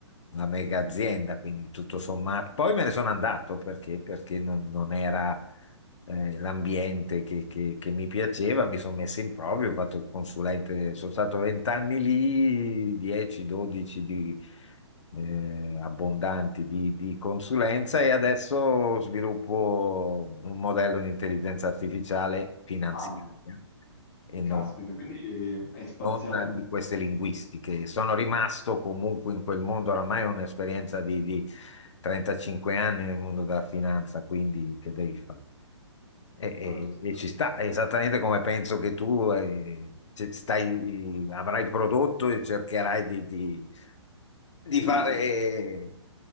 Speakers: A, on the left; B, on the left.
A: una mega
B: Mm.
A: azienda, quindi tutto sommato. Poi me ne sono andato perché, perché non, non era eh, l'ambiente che, che- che mi piaceva, mi sono messo in proprio, ho fatto il consulente, sono stato 20 anni lì, 10, 12 di... eh, abbondanti di, di consulenza e adesso sviluppo un modello di intelligenza artificiale finanziaria
B: Ah.
A: e non,
B: Caspita, quindi hai spaziato
A: non
B: molto.
A: di queste linguistiche. Sono rimasto comunque in quel mondo, oramai è un'esperienza di, di 35 anni nel mondo della finanza, quindi che devi fare? E, e-
B: certo.
A: e ci sta, è esattamente come penso che tu eh, ce- stai, avrai prodotto e cercherai di, di- di
B: Sì,
A: fare
B: sì, sì.